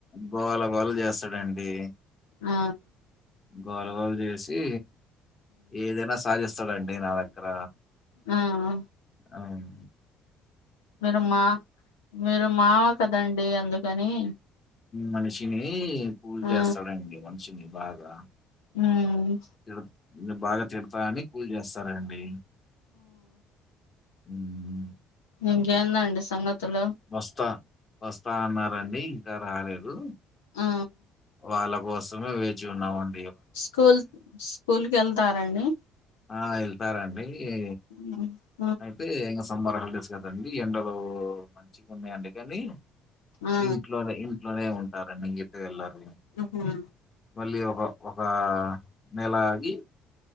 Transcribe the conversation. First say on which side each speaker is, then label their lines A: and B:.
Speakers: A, on the left; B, on the left.
A: గోల గోల చేస్తాడండి
B: ఆ
A: గోల గోల చేసి ఏదైనా సాధిస్తాడు అండి నా దగ్గర
B: ఆ అ
A: అవును
B: మీరు మా మీరు మావ కదండి అందుకని
A: మనిషిని కూల్
B: ఆ
A: చేస్తాడండి మనిషిని బాగా
B: హమ్
A: ను నువ్వు బాగా చెప్తా అని కూల్ చేస్తారండి హమ్
B: ఇంకేంది అండి సంగతులు
A: వస్తా వస్తా అన్నారండి ఇంకా రాలేదు
B: ఆ
A: వాళ్ళ కోసమే వేచి ఉన్నామం
B: స్కూల్ స్కూల్ కి వెళ్తారా అండి
A: ఆ వెళ్తారండి ఏ
B: <inaudible>
A: అయితే ఇంకా సమ్మార్ హాలిడేస్ కదండి ఎండలు మంచిగా ఉన్నాయండి అందుకని
B: ఆ
A: ఇంట్లోనే ఇంట్లోనే ఉంటారండి ఇంక ఎటు వెెళ్లరు
B: ఆహా
A: మళ్ళీ ఒక ఒక నెల ఆగి